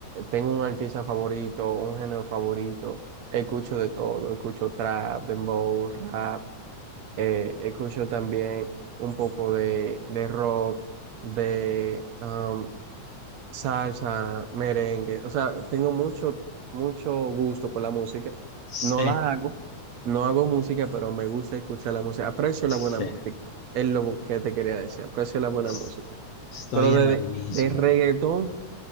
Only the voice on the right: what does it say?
tengo un artista favorito, un género favorito. Escucho de todo, escucho trap, dembow, rap, eh, escucho también un poco de, de rock, de um, salsa, merengue. O sea, tengo mucho, mucho gusto por la música.
No la hago, no hago música, pero me gusta escuchar la música. Aprecio
la buena música. Es lo que te quería decir. Aprecio la buena
música.
Pero de,
de reggaetón,